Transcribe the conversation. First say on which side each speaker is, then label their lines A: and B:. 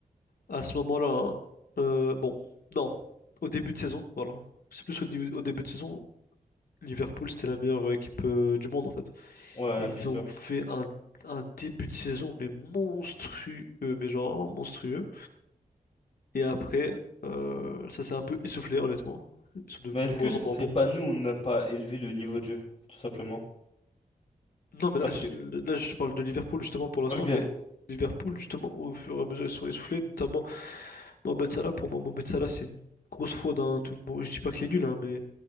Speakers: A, on the left; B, on the left.
A: à ce moment-là, hein, euh, bon, non, au début de saison, voilà. C'est plus au, di- au début de saison, Liverpool, c'était la meilleure euh, équipe euh, du monde en fait.
B: Ouais,
A: Ils
B: bien sûr.
A: ont fait un, un début de saison, mais monstrueux, mais genre vraiment monstrueux. Et après, euh, ça s'est un peu essoufflé, honnêtement. Ils sont de
B: Mais
A: de
B: est-ce
A: moins
B: que ce
A: en
B: serait
A: moins bons.
B: pas nous, on n'a pas élevé le niveau de jeu, tout simplement?
A: Non, mais
B: Parce
A: là je,
B: que,
A: là, je parle de Liverpool justement pour l'instant,
B: ok,
A: mais Liverpool, justement, au fur et à mesure, ils se sont essoufflés, notamment. Mohamed Salah, pour moi, Mohamed Salah, c'est une grosse fraude. hein. Tout le monde, je dis pas qu'il est nul, hein, mais